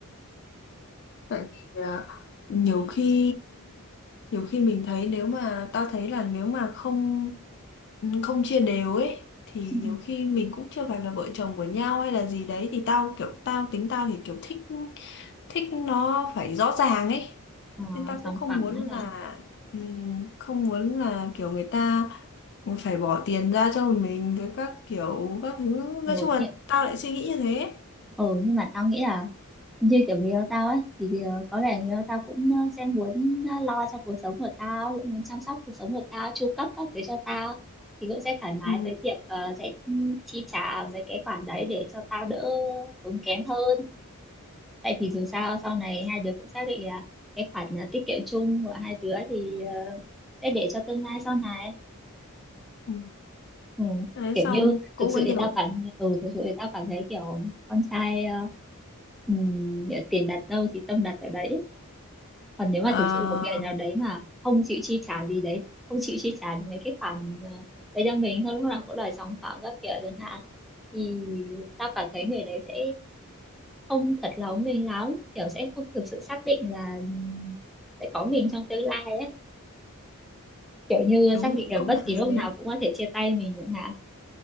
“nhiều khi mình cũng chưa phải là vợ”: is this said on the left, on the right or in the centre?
Left